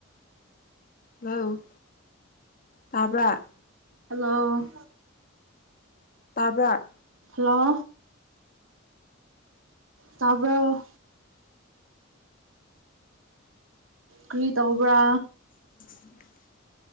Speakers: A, on the left; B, on the right.
A: hello ꯇꯥꯕ꯭ꯔꯥ
B: hello
A: ꯇꯥꯕ꯭ꯔꯥ
B: ꯍꯜꯂꯣ ꯇꯥꯕꯔꯣ꯫ ꯀ꯭ꯔꯤ ꯇꯧꯕ꯭ꯔꯥ
A: <inaudible>